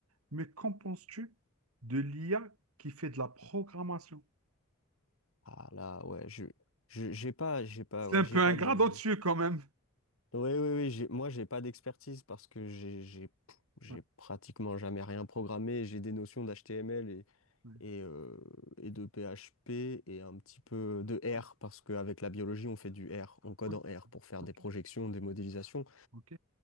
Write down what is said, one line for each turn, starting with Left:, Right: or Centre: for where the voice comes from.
Right: Mais qu'en penses-tu de l'IA qui fait de la programmation?
Left: Ah là, ouais, je, je, j'ai pas, j'ai pas,
Right: C'est
Left: ouais,
Right: un peu
Left: j'ai pas
Right: ingrat
Left: de.
Right: dessus quand même.
Left: Oui, oui, oui, j'ai, moi, j'ai pas d'expertise parce que j'ai, j'ai, pff, j'ai
Right: Ouais,
Left: pratiquement jamais rien programmé. J'ai des notions d'HTML et,
Right: ouais,
Left: et, euh, et de PHP et un petit peu de
Right: ouais,
Left: R parce qu'avec la biologie, on fait du R, on code
Right: ouais.
Left: en R pour faire
Right: Oui,
Left: des
Right: ok,
Left: projections, des modélisations.
Right: ok,